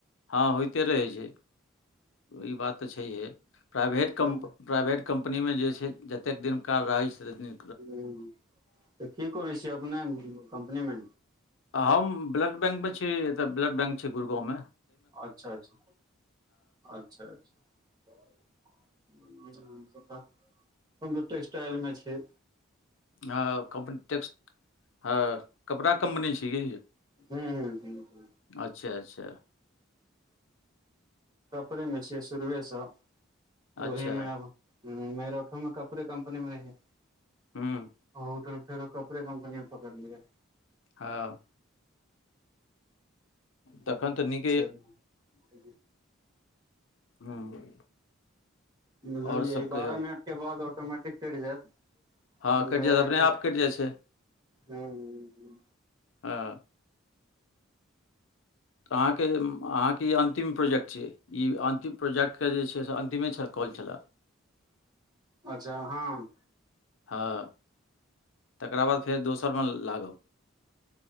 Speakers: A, on the left; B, on the right.
A: हँ होइते रहै छै ई बात तऽ छैहे। प्राइवेट कम
B: तऽ
A: प्राइवेट कम्पनीमे जे छै जतेक दिन का राशि तनि
B: हूँ तऽ की करै छियै अपने कम्पनी मे।
A: हम ब्लड बैंक मे छी एतय ब्लड बैंक छै गुरगाँवमे।
B: अच्छा अच्छा अच्छा अच्छा। हूँ आहाँ सब त स्टाइल मे छीयै
A: हँ कमनी ट् हँ कपड़ा कम्पनी छी यै कि ई
B: हूँ -हूँ- हूँ
A: अच्छा अच्छा
B: कपड़े मे छियै शुरएसँ
A: अच्छा
B: ओहिमे आब मेरठो मे कपड़े कम्पनी मे रैहयै
A: हूँ
B: अहुठाम फेरो कप ओकरे कम्पनी पकड़ लियै
A: हँ। तखन तऽ नीक।
B: <unintelligible>
A: हूँ
B: बुझलियै
A: आओर सब
B: ई बारह
A: कहियौ
B: मिनट के बाद ऑटोमेटिक कटि जाएत।
A: हँ
B: बुझाइया
A: कटि जायत
B: हेतै
A: अपने आप कटि जाइ छै
B: हूँ हूँ
A: हँ। तऽ अहाँके अहाँके ई अन्तिम प्रोजेक्ट छियै। ई अंतिम प्रोजेक्टके जे छै से अन्तिमे छै कॉल छलए।
B: अच्छा हँ
A: हँ तकरा बाद फेर दोसरमे लागब